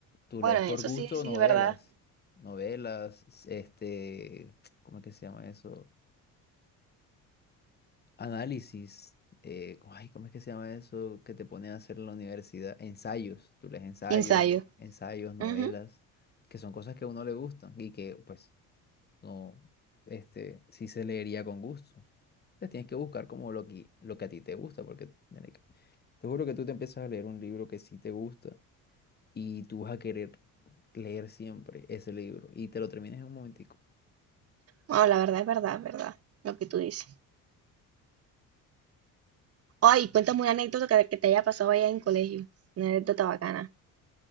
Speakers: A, on the left (about 25°); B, on the right (about 35°).
A: Tú
B: Bueno,
A: lees
B: eso
A: por gusto
B: sí, sí,
A: novelas,
B: es verdad.
A: novelas, este, <tsk> ¿cómo es que se llama eso? Análisis, eh, co- ay, ¿cómo es que se llama eso que te ponen a hacer en la universidad? Ensayos, tú lees ensayos,
B: Ensayo.
A: no, ensayos, novelas,
B: Ujú.
A: que son cosas que a uno le gustan y que, pues no, este, sí se leería con gusto. Entonces tienes que buscar como lo que, lo que a ti te gusta, porque marica, te juro que tú te empiezas a leer un libro que sí te gusta y tú vas a querer leer siempre ese libro y te lo terminas en un momentico.
B: Bueno, la verdad es verdad, es verdad, lo que tú dices. Ay, cuéntame una anécdota que, que te haya pasado allá en colegio, una anécdota bacana.